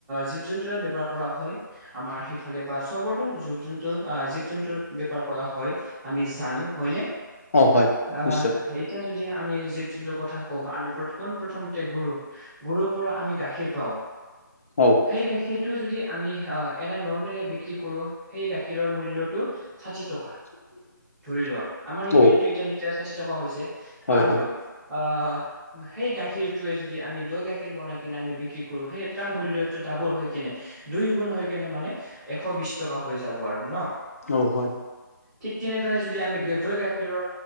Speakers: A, in the centre; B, on the left.
A: জীৱ -জন্তুৰে বেপাৰ কৰা হয় আমাৰ সিফালে বা চবৰটো জীৱ -জন্তু আহ জীৱ-জন্তুৰ বেপাৰ কৰা হয়। আমি জানো হয়নে?
B: অ হয়
A: আহ,
B: নিশ্চয়
A: এতিয়া যদি আমি জীৱ- জন্তুৰ কথা কওঁ আমি কোন প্ৰথম তে গোৰু -গোৰুৰ পৰা আমি গাখীৰ পাওঁ।
B: ঔ
A: সেই গাখীৰটো যদি আমি অহ এনে নৰ্মেলি বিক্ৰী কৰোঁ সেই গাখীৰৰ মূল্য টো ছাঠি টকা।
B: <inaudible>
A: ধৰি লোৱা আমাৰ সিপিনেটো
B: অ
A: এতিয়া লিটাৰ ছাঠি টকা হৈছে
B: হয়
A: আৰু
B: হয়
A: অ, সেই গাখীৰ টোৱে যদি আমি দৈ গাখীৰ বনাই কিনে আমি বিক্ৰী কৰোঁ সেই তাৰ মূল্যটো ডাবোল হৈ কিনে দুই গুণ হৈ কেনে মানে এশ বিছ টকা হৈ যাব আৰু ন'।
B: অহ, হয়।
A: ঠিক তেনেদৰে যদি আমি দৈ, গাখীৰৰ